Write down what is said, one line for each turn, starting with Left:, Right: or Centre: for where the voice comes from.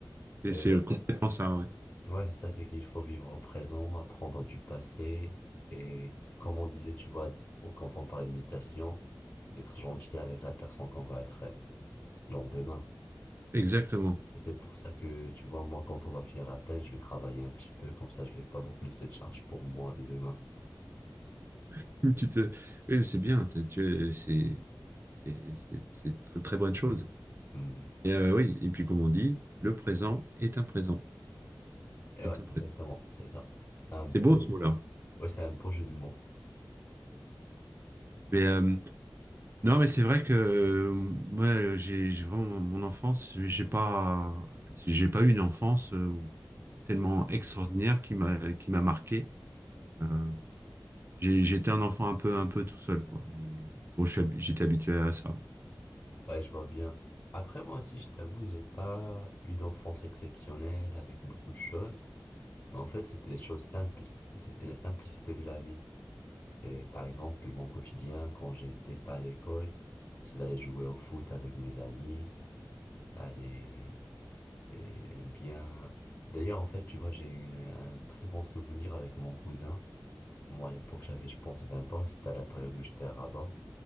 Right: c'est-
Left: euh,
Right: c'est
Left: ouais,
Right: complètement ça, ouais.
Left: ouais, ça c'est qu'il faut vivre au présent, apprendre du passé et comme on disait, tu vois, d- quand on parlait de méditation, d'être gentil avec la personne qu'on va être euh, le lendemain.
Right: Exactement.
Left: Et c'est pour ça que, tu vois, moi, quand on va finir la tâche, je vais travailler un petit peu, comme ça, je vais pas beaucoup laisser de charge pour moi dès demain.
Right: <laughs> Tu te, oui, c'est bien, tu tu es- c'est c'est c'est- c'est une très, très bonne chose.
Left: Hmm.
Right: Et euh, oui, et puis comme on dit, le présent est un présent,
Left: Et
Right: c'est
Left: ouais,
Right: un présent.
Left: exactement, c'est ça. Un
Right: C'est
Left: beau-
Right: beau ce mot-là.
Left: Ouais, c'est un beau jeu de mots.
Right: Mais euh, non, mais c'est vrai que euh, moi, j'ai j'ai vraiment mon enfance, j'ai pas, j'ai pas eu une enfance. euh, tellement extraordinaire qui m'a qui m'a marqué. Euh, j'ai- J'étais un enfant un peu un peu tout seul quoi. Et bon, je suis hab- j'étais habitué à ça.
Left: Ouais, je vois bien. Après, moi aussi, je t'avoue, j'ai pas eu d'enfance exceptionnelle avec beaucoup de choses. Mais en fait, c'était les choses simples. Et c'était la simplicité de la vie. Et par exemple, mon quotidien, quand j'étais pas à l'école, c'est d'aller jouer au foot avec mes amis, aller Eh bien, d'ailleurs, en fait, tu vois, j'ai eu une- un très bon souvenir avec mon cousin. Moi, à l'époque, j'avais, je pense, 20 ans et c'était à la période où j'étais à Rabat